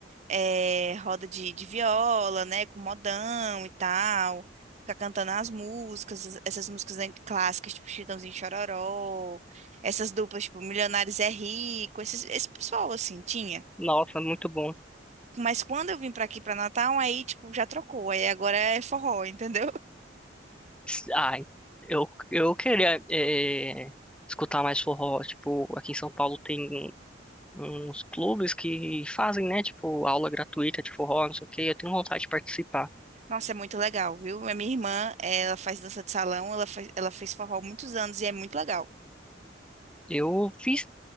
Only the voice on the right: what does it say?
eh, roda de, de viola, né, com modão e tal, ficar cantando as músicas, es- essas músicas an- clássicas, tipo Chitãozinho e Chororó, essas duplas, tipo Milionários é Rico, esses, esse pessoal, assim, tinha.
Mas quando eu vim pra aqui pra Natal, aí, tipo, já trocou. Aí agora é forró, entendeu? <laughs>
Nossa, é muito legal, viu? A minha irmã, ela faz dança de salão, ela faz, ela fez forró há muitos anos e é muito legal.